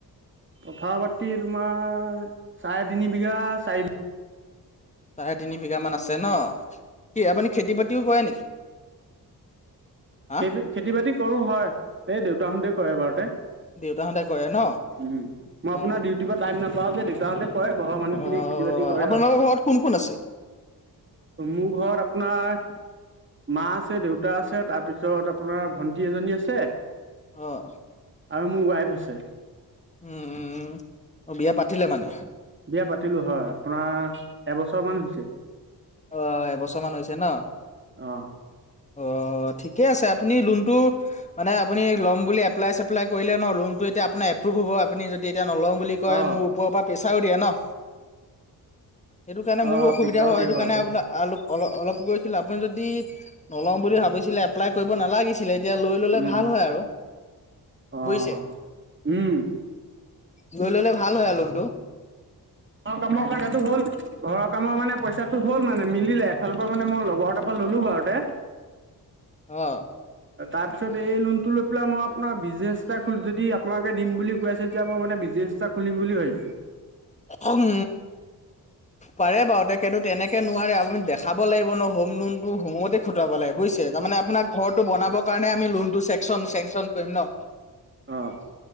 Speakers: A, on the right; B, on the left.
A: পথাৰ মাটি তোমাৰ চাৰে তিনি বিঘা চাৰি বিঘা।
B: চাৰে তিনি বিঘা মান আছে ন কি আপুনি। খেতি বাতিও কৰে নেকি? হা
A: খ খেতি বাতি কৰো হয় এই দেউতাহতে কয় বাৰু তে।
B: দেউতাহঁতে কৰে ন
A: উম মই আপোনাৰ
B: অ
A: ডিউটিৰ পৰা টাইম নাপাও যে দে। কৰে ঘৰৰ মানুহ
B: অ
A: খিনিয়ে খেতি বাতি কৰে
B: আপোনালোকৰ
A: আৰু।
B: ঘৰত কোন কোন আছে
A: মোৰ ঘৰত আপোনাৰ মাছ। আ দেউতা আছে তাৰপিছত আপোনাৰ ভন্টি এজনী আছে।
B: অঁ।
A: আৰু মোৰ ৱাইফ আছে।
B: উম উম বিয়া পাতিলে মানে।
A: বিয়া পাতিলো হয় আপোনাৰ এবছৰ মান হৈছে।
B: অ এবছৰমান হৈছে ন?
A: অ'।
B: অ ঠিকে আছে আপুনি লোনটো। মানে আপুনি ল'ম এপ্ল ছেপ্লাই কৰিলে ন ল'মটো এতিয়া আপোনাৰ এপ্ৰভ হ'ব আপুনি যদি। এতিয়া নলওঁ বুলি কয়
A: অ',
B: মোৰ ওপৰৰ পৰা প্ৰেছাৰো দিয়ে ন। সেইটো কাৰণে মোৰো
A: অ',
B: অসুবিধা
A: পিছাও
B: হয়
A: দিয়ে
B: সেইটো
A: বাৰুতে
B: কাৰণে আপোনাৰ আলপ অলপ অলপ গৈছিলো আপুনি যদি নল'ম বুলি ভাবিছিলে এপ্লাই কৰিব নালাগিছিলে। এতিয়া লৈ ল'লে
A: উম,
B: ভাল হয় আৰু
A: অ'।
B: বুজিছে।
A: উম
B: গৈ ললে ভাল হয় আলোনটো।
A: ঘ কামৰটো হ'ল ঘৰৰ কামৰ মানে পইচাটো হ'ল মানে মিলে এফালৰ পৰা মানে মই লগৰ এটা পা ললো বাৰু তে
B: অ
A: তাৰপিছত এই লুনটোল পেলাই মই আপোনাৰ বিজনেছ যদি আপোনালোকে দিম বুলি কৈ আছে এতিয়া মই মানে বিজনেছটা খুলিম বুলি ভাবিছো।
B: উম পাৰে বাৰু তে কিন্তু তেনেকে নোৱাৰে আপুনি দেখাব লাগিব ন। হম লোনটো হোম খুটাব লে বুজছে তাৰ মে আপোনাৰ ঘৰটো বনাব কাৰণে আমি লোন টো চেন চন কৰিম ন।
A: আহ